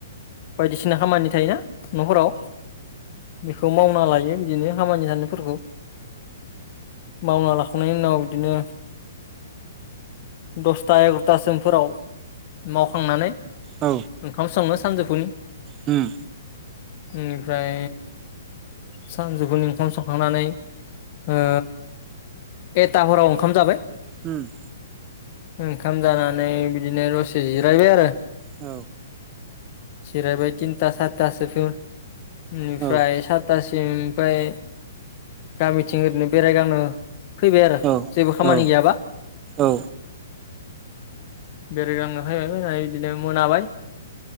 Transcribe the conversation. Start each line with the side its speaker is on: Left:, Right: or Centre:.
Left: बायदिसिना खामानि थायोना न'फोराव बेखौ मावना लायो बिदिनो खामानि थानायफोरखौ मावना ला- खांनायनि उनाव इदिनो दसथा एगार'थासोमफोराव मावखांनानै
Right: औ
Left: ओंखाम सङो सानजौफुनि
Right: उम
Left: बेनिफ्राय सानजौफुनि ओंखाम संखांनानै ओ एताफोराव ओंखाम जाबाय
Right: हम
Left: ओंखाम जानानै बिदिनो दसे जिरायबाय आरो
Right: औ
Left: जिरायबाय टिनता सारितासोसिम। इनिफ्राय
Right: औ
Left: सारितासिमनिफ्राय गामिथिं ओरैनो बेरायगांनो फैबाय आरो
Right: औ
Left: जेबो खामानि
Right: औ
Left: गैयाबा
Right: औ।
Left: बेरायगांनो फायबाय फैबाय इदिनो मोनाबाय,